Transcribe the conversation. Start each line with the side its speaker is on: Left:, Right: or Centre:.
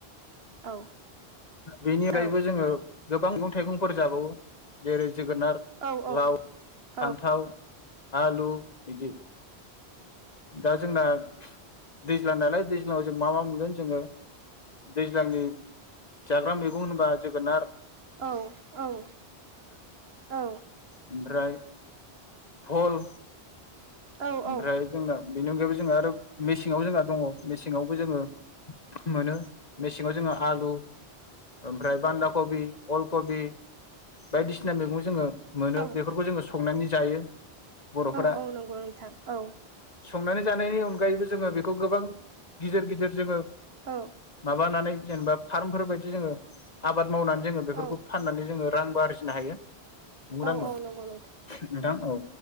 Right: औ
Left: बेनिफ्रायबो
Right: औ
Left: जोङो गोबां मैंग थाइगंफोर जाबावो जेरै जोगोनार
Right: औ औ
Left: लाव
Right: औ
Left: फान्थाव आलु बिदि जोंना दैज्लां नालाय दैज्लाङाव जों मा मा मोनगोन? जोङो दैज्लांनि जाग्राम बेखौनो बागोन।
Right: औ औ औ
Left: ओमफ्राय फल
Right: औ
Left: ओमफ्राय जोंना बेनि अनगायैबो जोङहा आरो मेसेङाव जोंहा दङ मेसेङावबो जोङो। मोनो मेसेङाव जोङो आलु ओमफ्राय बान्दा कबि अल कबि बायदिसिना मैगं जोङो। मोनो
Right: औ
Left: बेफोरखौ जोङो संनानै जायो बर'फोरा
Right: औ नंगौ नोंथां औ।
Left: हमनानै जानायनि अनगायैबो जोङो बेखौ गोबां गिदिर गिदिर जोङो।
Right: औ
Left: माबानानै जेनेबा फार्मफोर बायदि जोङो आबाद मावनानै जोङो बेफोरखौ
Right: औ
Left: फाननानै जोङो। रांबो आरजिनो हायो। नंगौ
Right: औ
Left: ना नोंथां
Right: औ नंगौ
Left: औ।